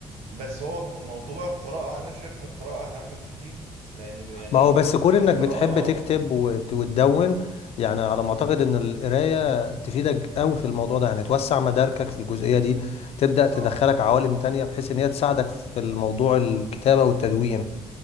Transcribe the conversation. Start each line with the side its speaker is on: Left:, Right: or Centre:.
Right: بس هو م- موضوع القراءة أنا شايف إن القراءة أهم بكتير لأن يعني
Left: ما هو بس كون
Right: القراءة
Left: انك بتحب تكتب
Right: بت...
Left: وت... وتدون يعني على
Right: مم،
Left: ما اعتقد ان القراية تفيدك قوي في الموضوع ده يعني توسع مداركك في الجزئية دي تبدأ
Right: صح
Left: تدخلك عوالم تانية بحيث ان هي تساعدك في الموضوع الكتابة والتدوين